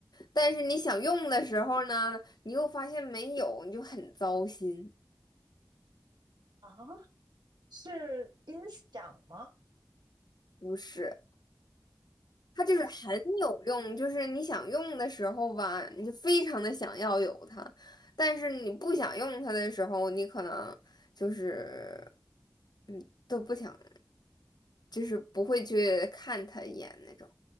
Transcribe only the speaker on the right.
啊，是音响吗？
等一下，